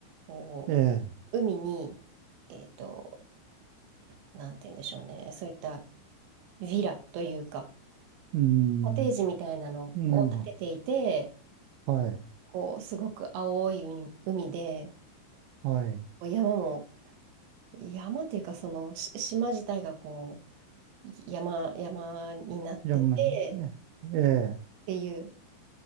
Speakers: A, on the right (about 75°); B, on the right (about 90°).
A: こ
B: ええ。
A: う、海に、えっと、なんて言うんでしょうね、そういったヴィラというか、
B: うん。
A: コテージみたいなのを建てていて、
B: なんな、はい。
A: こう、すごく青い海海で、
B: はい。
A: こう山も山っていうか、その、し島自体がこう、山、山になってて、
B: じゃあ、まあ、ええ。
A: っ
B: ええ
A: ていう